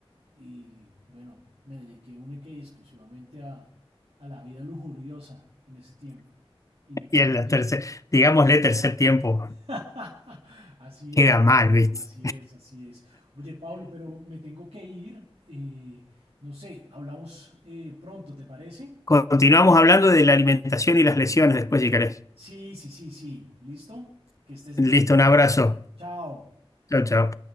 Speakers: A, on the right (about 75°); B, on the left (about 30°).
A: y, bueno, me dediqué única y exclusivamente a, a la vida lujuriosa en ese tiempo y me quedé
B: y en el
A: allí.
B: tercer, digámosle tercer tiempo,
A: <laughs> Así
B: queda
A: es,
B: mal, ¿viste?
A: así es, así es. Oye, Pablo, pero me tengo que ir. eh, no sé, hablamos eh, pronto, ¿te parece?
B: Continuamos hablando de la alimentación y las lesiones después, si querés.
A: Sí, sí, sí, sí. ¿Listo? Que estés
B: Listo,
A: bien.
B: un abrazo.
A: Chao.
B: Chao, chao.